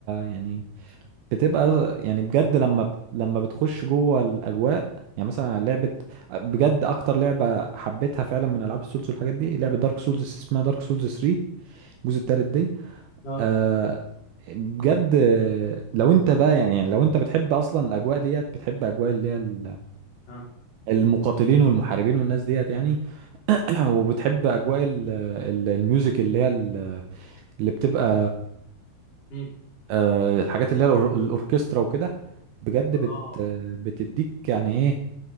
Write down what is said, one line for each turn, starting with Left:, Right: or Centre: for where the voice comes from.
Right: يعني بتبقى يعني بجد لما بت- لما بتخش جوه الاجواء يعني مثلا لعبه بجد اكتر لعبه حبيتها فعلا من العاب السولز والحاجات دي لعبه دارك سولز اسمها دارك سولز 3 الجزء التالت دي
Left: اه
Right: آه بجد آه، لو انت بقى يعني يعني لو انت بتحب اصلا الاجواء ديت بتحب اجواء اللي هي ال-
Left: اه
Right: المقاتلين والمحاربين والناس ديت يعني <clears throat> وبتحب اجواء ال- ال- الميوزك اللي هي ال- اللي بتبقى
Left: مم.
Right: آه، الحاجات اللي هي الأور- الاوركسترا وكده بجد
Left: اه
Right: بت بتديك يعني ايه